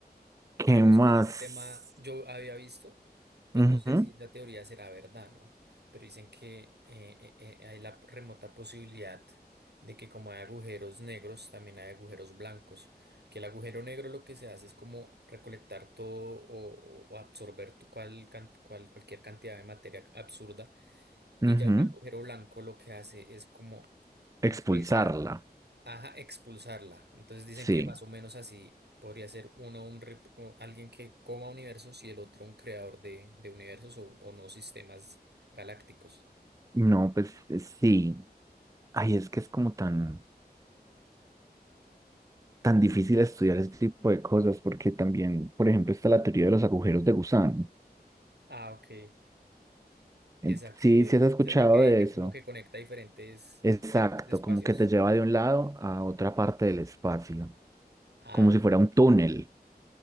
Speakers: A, on the right; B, on the right.
A: ¿Qué
B: Digamos
A: más?
B: que en ese tema yo había visto, pues
A: Ujú,
B: no sé si la teoría será verdad, ¿no? Pero dicen que eh, eh, eh, hay la remota posibilidad de que como hay agujeros negros, también hay agujeros blancos, que el agujero negro lo que se hace es como recolectar todo o, o absorber tu- cual, can- cual- cualquier cantidad de materia absurda, y
A: ujú.
B: ya un agujero blanco lo que hace es como empezar.
A: Expulsarla.
B: Ajá, expulsarla. Entonces dicen
A: Sí.
B: que más o menos así podría ser uno un rep- o alguien que coma universos y el otro un creador de, de universos o, o no sistemas galácticos.
A: No, pues eh, sí. Ay, es que es como tan, tan difícil estudiar este tipo de cosas porque también, por ejemplo, está la teoría de los agujeros de gusano.
B: Ah, ok. Y
A: En-
B: esa que
A: Sí, sí has escuchado
B: esa es la que dicen
A: de eso.
B: como que conecta diferentes,
A: Exacto,
B: diferentes espacios.
A: como que te lleva de un lado a otra parte del espacio,
B: Ah,
A: como si fuera un túnel.